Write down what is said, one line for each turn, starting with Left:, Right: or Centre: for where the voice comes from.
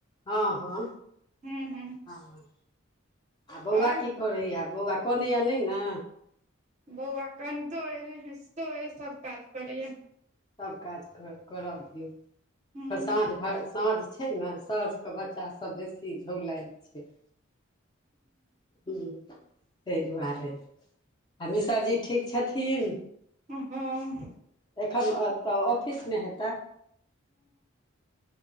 Left: हँ हँ
Right: ह ह
Left: हँ आ बौआ
Right: आओर
Left: की करैये बौआ कनैये नहि ने
Right: बौआ कनितो अय हैसतो अय सब काज करैये
Left: सब काज कर करऽ दियौ
Right: ह ह
Left: फेर साँझ भर साँझ छै ने साँझके बच्चा सब बेसी झोलाइ छै हँ तहि <unintelligible> दुआरे आ मिसर जी ठीक छथिन
Right: उम्महूँ
Left: एखन अतऽ ऑफिसमे हेता